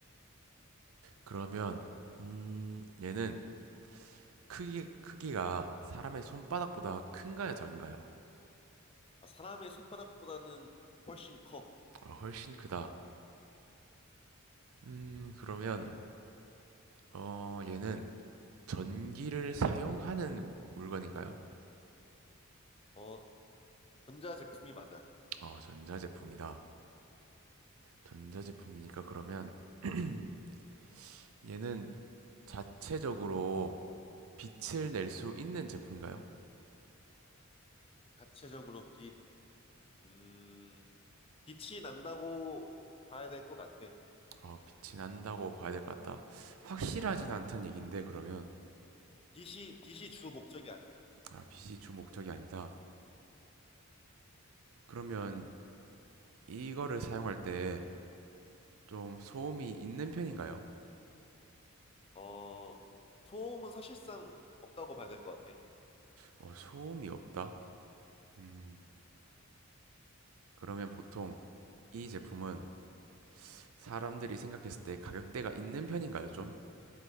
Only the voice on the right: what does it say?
그러면 음, 얘는 크기 크기가 사람의 손바닥보다 큰가요, 작은가요?
아, 훨씬 크다. 음, 그러면 어, 얘는 전기를 사용하는 물건인가요?
어, 전자제품이다. 전자제품이니까 그러면 <clears throat> 얘는 자체적으로 빛을 낼 수 있는 제품인가요?
어, 빛이 난다고 봐야 될 것 같다. 확실하진 않단 얘긴데, 그러면.
아, 빛이 주 목적이 아니다.
그러면 이거를 사용할 때 좀 소음이 있는 편인가요?
어, 소음이 없다? 음, 그러면 보통 이 제품은 사람들이 생각했을 때 가격대가 있는 편인가요, 좀?